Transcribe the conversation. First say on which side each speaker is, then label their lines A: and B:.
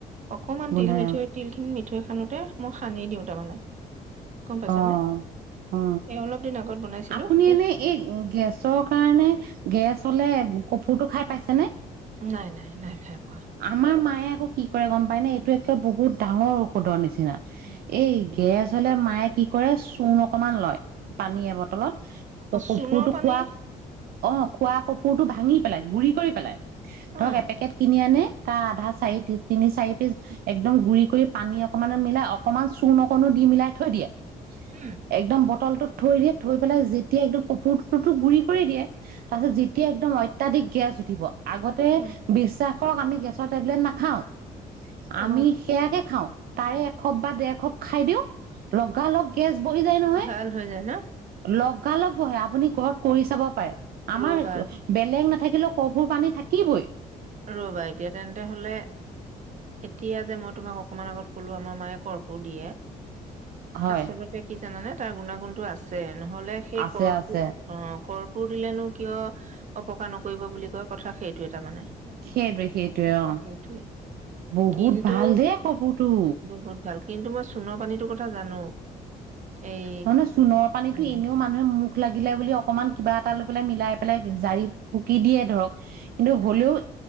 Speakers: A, on the right (about 50°); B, on the right (about 70°).
A: অকনমান
B: গোন্ধাই
A: তিল মিঠৈ
B: অ',
A: তিল খিনি মিঠৈ হানোতে মই সানি দিওঁ তাৰমানে গম পাইছানে
B: অ অ
A: এই অলপ দিন আগত বনাইছিলো
B: আপুনি
A: এ
B: এনে এই গেছৰ কাৰণে গেছ হলে কফোৰটো খাই পাইছে এনে
A: নাই নাই নাই খাই পোৱা
B: আমাৰ মায়ে তাই আকৌ কি কৰে গম পায় নে এইটো একে বহুত ডাঙৰ ঔষধৰ নিচিনা এই গেছ হ'লে মায়ে কি কৰে চূণ অকমান লয় পানী এবত অলপ
A: অ
B: কাপোৰটো
A: চূণৰ পানী
B: খোৱা অ খোৱা কাপোৰটো ভাঙি পেলাই গুৰি কৰি পেলাই
A: উম,
B: তক এপেকেট কিনি আনে ত আধা চাৰি তিনি চাৰি পিচ একদম গুৰি কৰি পানী অকনমান মিলাই অকনমান চূণ অকনো দি মিলাই থৈ দিয়ে
A: হুম
B: একদম বটলটোত থৈ দিয়ে থৈ পেলাই যেতিয়া একদম কাপোৰটোো গুৰি কৰি দিয়ে তাৰ পিছত যেতিয়া একদম অত্যাধিক গেছ উঠিব আগতে
A: উম,
B: বিশ্বাস কক আমি গেছৰ টেবলেট নাখাওঁ
A: অ',
B: আমি সেয়াকে খাওঁ তাৰে এসপ বা ডেৰশপ খাই দিওঁ লগালগ গেছ বহি যায় নহয়
A: ভাল হৈ যায় ন?
B: লগালগ বহে আপুনি ঘৰত কৰি চাব পাৰে। আমাৰ
A: ৰ'বা,
B: বেলেগ নাথাকে <unintelligible> কৰ্ফোৰ পানী থাকিবই।
A: ৰবা এতিয়া তেন্তে হলে এতিয়া যে মই তোমাক অকমান আগত কলো আমাৰ মায়ে কৰ্ফোৰ দিয়ে।
B: হয়
A: আচলতে কি জানানে তাৰ গুণাগুণতটো আছে নহ'লে সেই
B: আছে
A: কৰপু
B: আছে
A: অ, কৰ কপোৰ দিলেনো কিয় অপকাৰ নকৰিব বুলি কয় কথা সেইটোৱে তাৰ মানে।
B: <unintelligible> সেইটোৱে অ',
A: সেইটোৱে
B: বহুত
A: কিন্তু
B: ভাল দেই কফোৰটো।
A: বহুত ভাল কিন্তু মই চুণৰ পানীৰটো কথা জানো। এই
B: নহয় নয় চোণৰ পানীতো
A: উম,
B: এনেও মানুহে মুখ লাগিলে বুলি, অকমান কিবা এটা লৈ পেলাই মিলাই। <unintelligible> জাৰি ফুকি দিয়ে ধৰক। কিন্তু
A: উম,
B: হ'লেও